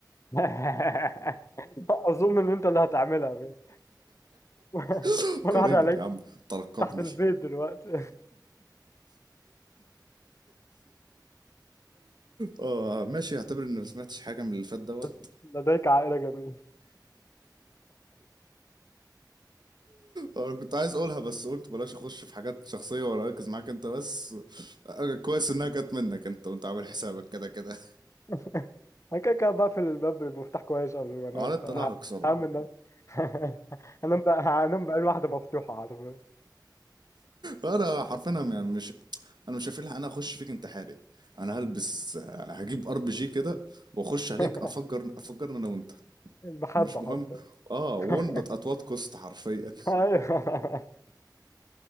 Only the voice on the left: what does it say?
<laughs> أظن إن أنت اللي هتعملها بس. <laughs>
ولا
حد عليك
تحت البيت
دلوقتي
<laughs> لديك عائلة جميلة
<laughs> انا كده كده بقفل الباب بالمفتاح كويس قبل
ما انام
فهعمل
النوم <laughs> هنام بقى هنام بقى الواحدة مفتوحة حرفيا
<laughs>
المحبة
حرفيا
<laughs>
ايوه